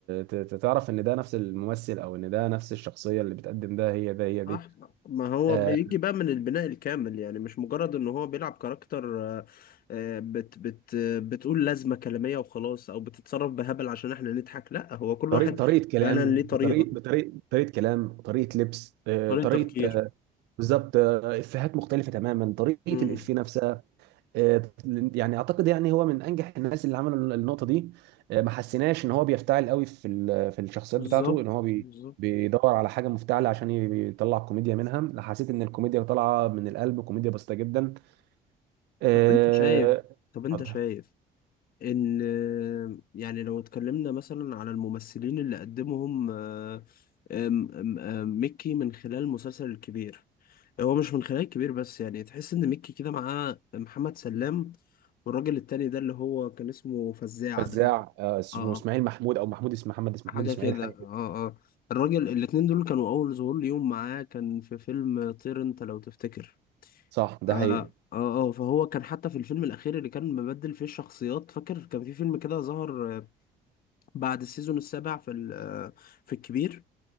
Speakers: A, on the right (about 85°); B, on the left (about 60°).
A: ت... ت- تعرف ان ده نفس الممثل او ان ده نفس الشخصيه اللي بتقدم ده هي ده هي
B: صح
A: دي
B: ما هو
A: آه،
B: بيجي بقى من البناء الكامل يعني مش مجرد ان هو بيلعب كاركتر آه، آه، بت بت آه، بتقول لازمة كلامية وخلاص او بتتصرف بهبل عشان احنا نضحك لا هو كل
A: طريقه
B: واحد
A: طريقه كلام
B: فعلا ليه
A: بطريقه
B: طريقة
A: بطريقه طريقه كلام وطريقه لبس آه،
B: طريقة
A: طريقه
B: تفكير
A: آه، بالظبط آه، افيهات مختلفه تماما طريقه
B: مم.
A: الافيه نفسها آه، يعني اعتقد يعني هو من انجح الناس اللي عملوا النقطه دي آه، ما حسيناش ان هو بيفتعل قوي في ال- في الشخصيات
B: بالظبط
A: بتاعته ان هو بي
B: بالظبط
A: بيدور على حاجه مفتعله عشان ي- يطلع كوميديا منها لا حسيت ان الكوميديا طالعه من القلب كوميديا بسيطه جدا آه،
B: طب انت شايف طب انت
A: اتفضل
B: شايف ان يعني لو اتكلمنا مثلا على الممثلين اللي قدمهم آه، آم، آم، آم، ميكي من خلال المسلسل الكبير هو مش من خلال الكبير بس يعني تحس ان ميكي كده معاه محمد سلام والراجل التاني ده اللي هو كان اسمه فزاع
A: فزاع
B: ده
A: آه، اسمه
B: اه
A: اسماعيل محمود او محمود اسم محمد اسم
B: حاجة
A: محمود اسماعيل
B: كده
A: حاجه
B: اه
A: كده
B: اه الراجل الاتنين دول كانوا أول ظهور ليهم معاه كان في فيلم طير انت لو تفتكر
A: صح ده
B: اه
A: حقيقي
B: اه آه، فهو كان حتى في الفيلم الأخير اللي كان مبدل فيه الشخصيات فاكر كان في فيلم كده ظهر بعد السيزون السابع في ال- في الكبير